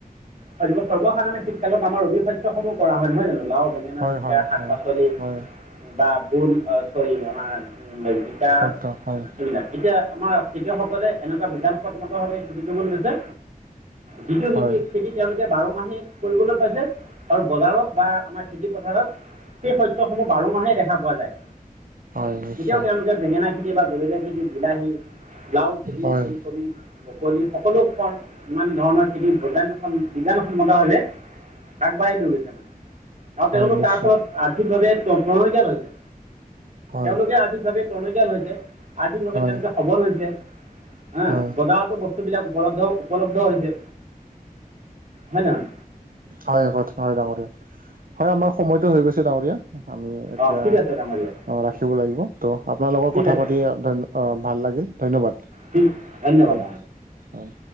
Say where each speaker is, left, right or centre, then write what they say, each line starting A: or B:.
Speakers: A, on the right; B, on the right.
A: হয় সৰ্বসাধাৰণ শীতকালত আমাৰ অবিশস্যসমূহ কৰা হয়নে? নহয় জানো লাও বেঙেনা
B: হয়
A: জিকা
B: হয়
A: শাক
B: হয়
A: পাচলি।
B: হয়
A: বা ভুল অঁ চৰি আমাৰ জিকা
B: সত্য হয়
A: এইবিলাক তেতিয়া আমাৰ খেতিয়কসকলে এনেকুৱা বিধানসন্মত ভাৱে খেতিটো কৰিব লৈছে যিটো
B: হয়
A: খেতি খেতি তেওঁলোকে বাৰ মাহে কৰিবলৈ পাইছে আৰু বজাৰত বা আমাৰ খেতি পথাৰত সেই শস্যসমূহ বাৰ মাহে দেখা পোৱা যায়।
B: হয় নিশ্চয়
A: কেতিয়াও তেওঁলোকে বেঙেনা খেতি বা জলকীয়া খেতি, বিলাহী লাও, কবি,
B: হয়
A: ফুলকবি, বকলি সকলোকণ ইমান ধৰণৰ খেতি বজান আম, বিজ্ঞানসন্মতভাৱে আগবাঢ়ি লৈ গৈছে মানে আৰু
B: হয়
A: তেওঁলোক
B: নিশ্চয়
A: তাৰ ফলত আৰ্থিকভাৱে টনকিয়াল হৈছে
B: হয়
A: তেওঁলোকে আৰ্থিকভাৱে টনকিয়াল হৈছে। আৰ্থিকভাৱে
B: হয়
A: তেওঁলোকে সবল হৈছে হা
B: হয়
A: বজাৰতো বস্তুবিলাক উপলব্ধ উপলব্ধ হৈছে। হয় নহয়?
B: হয় আভত, হয় ডাঙৰীয়া। হয়, আমাৰ সময়টো হৈ গৈছে ডাঙৰীয়া। আমি এতিয়া
A: অঁ ঠিক আছে ডাঙৰীয়া
B: অ', ৰাখিব লাগিব ত' আপোনাৰ লগৰ
A: ঠিক
B: কথা
A: আছে
B: পাতি ভাল অ' লাগিল ধন্যবাদ।
A: ঠিক ধন্যবাদ।
B: হয় হয়।